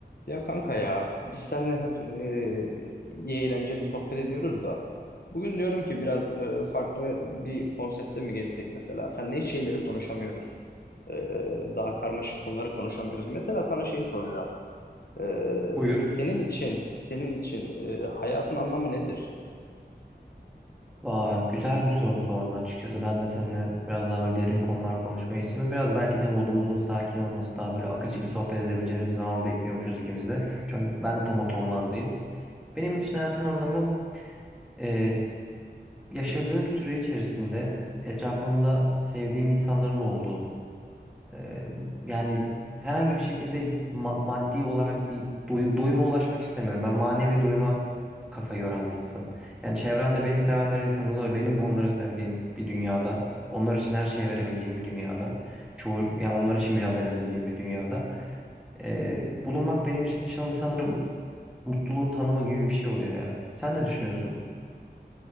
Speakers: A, on the left (about 60°); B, in the centre.
A: Ya kanka ya biz seninle hep e, iyi eğlenceli sohbet ediyoruz da bugün diyorum ki biraz e, farklı bir konsepte mi geçsek mesela senle hiç şeyleri konuşamıyoruz E, daha karmaşık konuları konuşamıyoruz mesela sana şey soracağım E,
B: Buyur.
A: senin için senin için e, hayatın anlamı nedir?
B: Aa, güzel bir soru sordun açıkçası. Ben de seninle biraz daha böyle derin konular konuşmayı istedim. Biraz belki de modumuzun sakin olması daha böyle akıcı bir sohbet edebileceğimiz bir zaman bekliyormuşuz ikimiz de. Çünkü ben de tam o tonlardayım. Benim için hayatın anlamı e, yaşadığım süre içerisinde etrafımda sevdiğim insanların olduğu, Ee, yani herhangi bir şekilde ma- maddi olarak bir doy- doyuma ulaşmak istemiyorum. Ben manevi doyuma kafa yoran bir insanım. Yani çevremde beni sevenler insan oluyor. Benim onları sevdiğim bir dünyada, onlar için her şeyi verebildiğim bir dünyada, çoğu yani onlar için mücadele edebildiğim bir dünyada ee, bulunmak benim için şan- sanırım mutluluğun tanımı gibi bir şey oluyor ya. Sen ne düşünüyorsun?